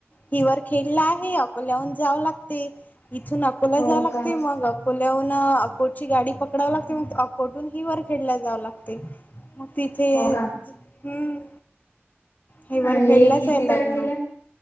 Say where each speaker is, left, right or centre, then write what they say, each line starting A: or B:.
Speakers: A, on the left (about 40°); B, on the left (about 80°).
A: हिवर खेळला आहे अकोल्याहून जाव लागते. इथून अकोला
B: हो
A: जाय लागते
B: का
A: मग अकोल्याहून अकोची गाडी पक पकडव लागतेग अकोटून ही वर खेळल्याला जावं लागते. मग तिथे
B: हो का
A: हम्म. हेवरर
B: आणि
A: खेळलाच
B: किती
A: आहे
B: तारखेला
A: लग्न